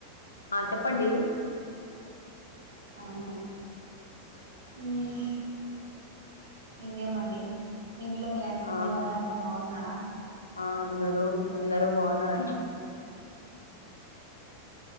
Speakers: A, on the left; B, on the right.
A: ఆ చెప్పండి
B: ఆహ ఉమ్ ఇంగే మండి మీ ఇంట్లో మీ అన్
A: ఆ
B: మీ వాళ్ళంతా బాఉన్నర్
A: ఆ అందరు అందరు బాఉన్నారన్